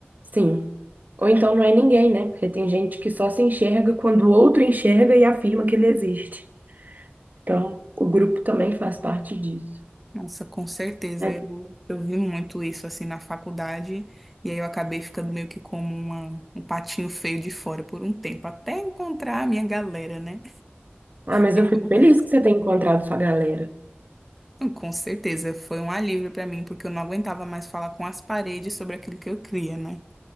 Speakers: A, on the right; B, in the centre.
A: Sim. Ou então não é ninguém, né? Porque tem gente que só se enxerga quando o outro enxerga e afirma que ele existe. Então, o grupo também faz parte disso,
B: Nossa, com certeza.
A: né?
B: Eu, eu vi muito isso assim na faculdade, e aí eu acabei ficando meio que como uma, um patinho feio de fora por um tempo, até encontrar a minha galera, né?
A: Ah, mas
B: Que
A: eu
B: conversa.
A: fico feliz que você tenha encontrado sua galera.
B: Então, Com certeza, foi um alívio pra mim, porque eu não aguentava mais falar com as paredes sobre aquilo que eu cria, né?